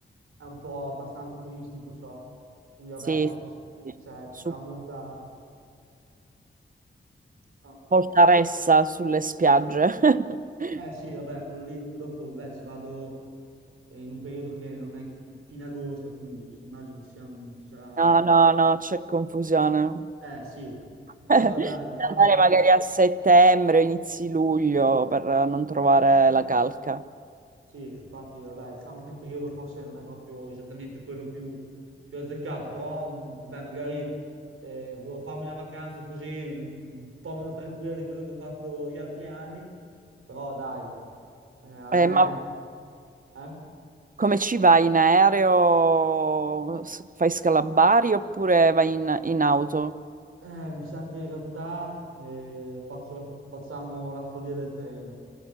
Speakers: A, on the right; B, on the right.
A: è un po' abbastanza turistico, so, quindi vabbè,
B: Sì,
A: so che c-
B: sì.
A: cioè, ci
B: su
A: sarà molta... no.
B: Voltaressa, sulle spiagge. <laughs>
A: Eh sì, vabbè, quello lì, poi dopo vabbè, ci vado eh, in un periodo che non è fine agosto, quindi immagino che ci sia un- ci sarà...
B: No, no, no, c'è confusione.
A: Eh sì, però
B: Andare
A: dai, di solito...
B: magari a settembre, inizi luglio per non trovare la calca.
A: Sì, infatti, vabbè, diciamo che il periodo forse non è proprio esattamente quello più, più azzeccato, però, mh, vabbè, magari eh, volevo farmi una vacanza così un po' meno tranquilla di quello che ho fatto gli altri anni, però dai, eh, a
B: Eh,
A: me,
B: ma
A: eh?
B: come ci vai in aereo? S- Fai scalabari oppure vai in, in auto?
A: Eh, mi sa che in realtà eh, faccio la- facciamo la follia del treno,